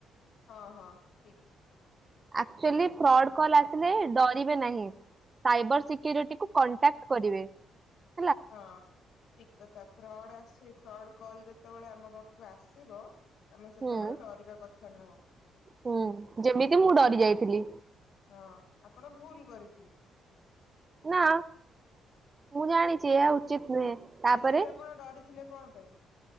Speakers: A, on the left (about 70°); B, on the right (about 30°).
A: ହଁ ହଁ ଠିକ।
B: ଆଚୁଆଲି ଫ୍ରଡ କଲ ଆସିଲେ ଡରିବେ ନାହିଁ ସାଇବର ସିକ୍ୟରିଟି କୁ କଣ୍ଟାକ୍ଟ କରିବେ। <inaudible>
A: ହଁ ଠିକ କଥା ଫ୍ରଡ ସେ ଫ୍ରଡ କଲ ଯେତେବେଳେ ଆମ ପାଖକୁ ଆସିବ ଆମେ ସେତେବେଳେ
B: ହୁଁ
A: ଡରିବା କଥା ନୁହଁ।
B: ହୁଁ ଯେମିତି ମୁଁ ଡରି ଯାଇଥିଲି
A: <inaudible> ହଁ ଆପଣ ଭୁଲ କରି
B: ନା ମୁଁ ଜାଣିଛି ଏ ଉଚିତ ନୁହେଁ ତାପରେ
A: ହେଲେ ବି ଆପଣ ଡରିଥିଲେ କଣ ପେ